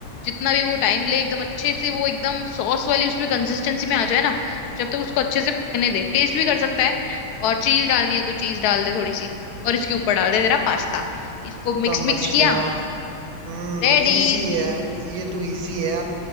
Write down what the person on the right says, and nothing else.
समझ
गया हम्म
इजी है ये तो इजी है यार